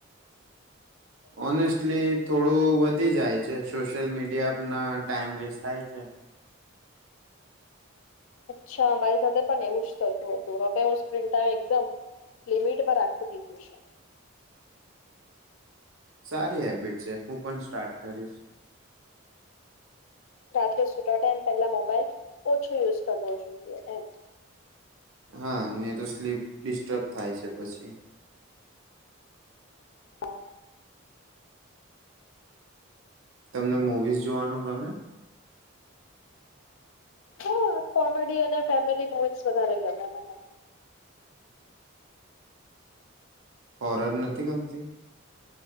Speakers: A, on the right; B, on the left.
A: ઓનેસ્ટલી થોડું વધી જાય છે સોશિયલ મીડિયા ના ટાઈમ વેસ્ટ થાય છે
B: અચ્છા મારી સાથે પણ એવું જ થતું હતું હવે હું સ્ક્રીન ટાઇમ એકદમ લિમિટમાં રાખી દીધુ છે
A: સારી હેબિટ છે હું પણ સ્ટાર્ટ કરીશ
B: રાત્રે સૂતા ટાઈમ પેલા મોબાઈલ ઓછો યુઝ કરવો જોઈએ એમ
A: હા નહી તો સ્લીપ ડિસ્ટર્બ થાય છે પછી
B: હા
A: તમને મૂવીઝ જોવાનું ગમે
B: હા કોમેડી અને ફેમિલી મુવીસ વધારે ગમે મને
A: હોરર નથી ગમતી